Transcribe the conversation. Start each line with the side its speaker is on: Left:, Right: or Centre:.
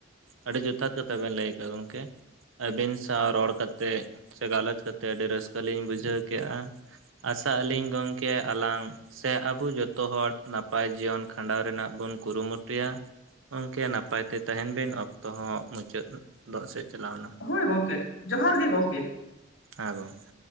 Right: ᱟᱹᱰᱤ ᱡᱚᱛᱷᱟᱛ ᱠᱟᱛᱷᱟ ᱵᱮᱱ ᱞᱟᱹᱭ ᱠᱟᱜᱼᱟ ᱜᱚᱢᱠᱮ᱾ ᱟᱹᱵᱤᱱ ᱥᱟᱶ ᱨᱚᱲ ᱠᱟᱛᱮᱜ ᱥᱮ ᱜᱟᱞᱚᱪ ᱠᱟ ᱠᱟᱛᱮᱜ ᱟᱹᱰᱤ ᱨᱟᱹᱥᱠᱟᱹ ᱞᱤᱧ ᱵᱩᱡᱷᱟᱹᱣ ᱠᱮᱜᱼᱟ᱾ ᱟᱥᱟᱜ ᱟᱹᱞᱤᱧ ᱜᱚᱝᱠᱮ ᱟᱞᱟᱝ ᱥᱮ ᱟᱵᱚ ᱡᱚᱛᱚ ᱦᱚᱲ ᱱᱟᱯᱟᱭ ᱡᱤᱭᱚᱱ ᱠᱷᱟᱸᱰᱟᱣ ᱨᱮᱱᱟᱜ ᱵᱩᱱ ᱠᱩᱨᱩᱢᱩ ᱴᱩᱭᱟ ᱜᱚᱢᱠᱮ ᱱᱟᱯᱟᱭ ᱛᱮ ᱛᱟᱦᱮᱸᱱ ᱵᱤᱱ, ᱚᱠᱛᱚ ᱦᱚᱸ ᱢᱩᱪᱟᱹᱫᱚᱜ ᱥᱮᱫ ᱪᱟᱞᱟᱣ ᱱᱟ᱾
Left: ᱦᱳᱭ ᱜᱚᱢᱠᱮ ᱡᱚᱦᱟᱨ ᱜᱮ ᱜᱚᱢᱠᱮ᱾
Right: ᱦᱟᱸ ᱜᱚᱢᱠᱮ᱾